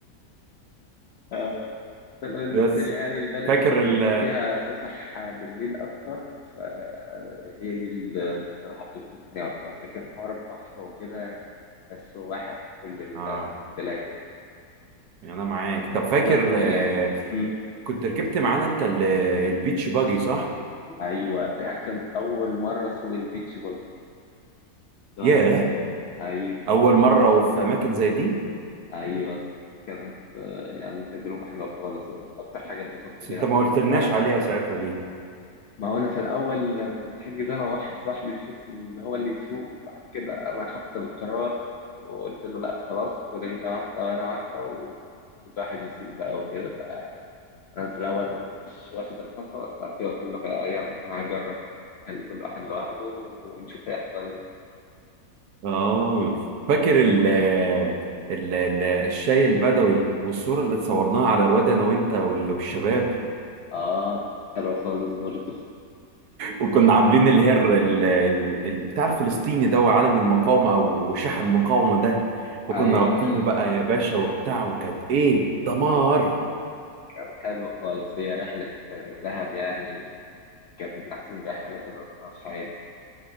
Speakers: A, on the left; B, on the right.
A: <laughs> انا بالنسبه
B: بس
A: لي يعني البلد
B: فاكر
A: اللي بيبقى
B: ال
A: فيها فسح بالليل اكتر فهي دي اللي بصراحه بتبسطني اكتر لكن حوار البحر وكده يعني تحسه واحد في كل
B: اه
A: البلاد
B: يعني انا معاك طب فاكر
A: كنت هتقول
B: آه،
A: ايه؟ مم.
B: كنت ركبت معانا انت ال- البيتش باجي صح؟
A: ايوه يعني كانت اول مره اسوق البيتش باجي لوحدي.
B: ياه
A: ايوه
B: اول مره وفي اماكن زي دي
A: ايوه كانت آه، يعني تجربه حلوه خالص اكتر حاجه اتبسطت
B: بس
A: بيها
B: انت
A: في
B: ما قلتلناش
A: الرحله
B: عليها ساعتها دي
A: ما هو انا في الاول انا كنت حاجز انا واحد صاحبي بحيث ان هو اللي يسوق بعد كده انا خدت القرار وقلت له لا خلاص خد انت واحده وانا واحده وكل واحد يسوق بقى وكده فانا في الاول ما كنتش واخد الخطوه بس بعد كده قلت له يلا انا هجرب خلي كل واحد لوحده ونشوف هيحصل ايه
B: اه فاكر ال ال ال- الشاي البدوي والصورة اللي اتصورناها على الواد انا وانت وال- والشباب
A: اه حلو خالص برضه
B: وكنا عاملين اللي هي ال- ال- ال- البتاع الفلسطيني ده وعلم المقاومة او شاح المقاومة ده وكنا
A: ايوه
B: رابطينه
A: ايوه
B: بقى يا باشا وبتاع وكانت ايه دمار
A: كان حلو خالص هي رحله دهب يعني كانت من احسن الرحلات اللي رحتها في حياتي